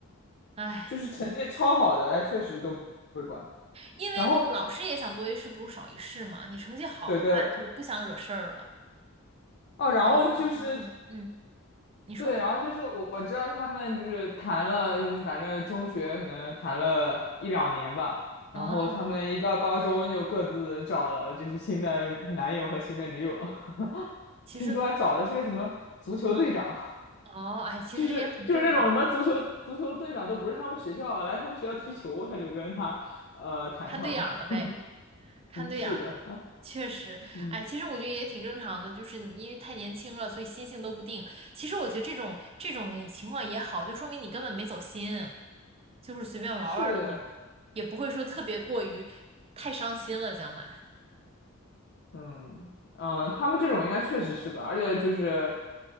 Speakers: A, on the right; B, on the left.
A: 哎，
B: 就是成绩超好的，他确实都不会管。
A: 因为老师也想多一事不如少一事嘛，
B: 然后
A: 你成绩好的话就不想惹事儿了，
B: 对对哦，
A: 闹得就不开
B: 然后就是
A: 嗯，你说，
B: 对，然后就是我我知道他们就是谈了，就是反正中学可能谈了一两年吧，然后他们一到高中就各自找了就是新的男友和新的女友了。
A: 嗯，
B: <laughs>
A: 其实，
B: 听说还找的是个什么足球队长。
A: 嗯，哦，哎，其实这也很正常，
B: 就是就是那种什么足球足球队长都不是他们学校的来他们学校踢球，他就跟他呃谈上了。
A: 看对眼儿了呗。
B: <laughs>
A: 看对眼儿了，
B: 嗯，是的，
A: 确实，
B: 嗯，
A: 哎，其实我觉得也挺正常的，就是你因为太年轻了，所以心性都不定。其实我觉得这种这种情况也好，就说明你根本没走心，就是随便玩儿玩儿的那种，
B: 是的，
A: 也不会说特别过于太伤心了，将来
B: 嗯嗯、呃他们这种应该确实是吧？而且就是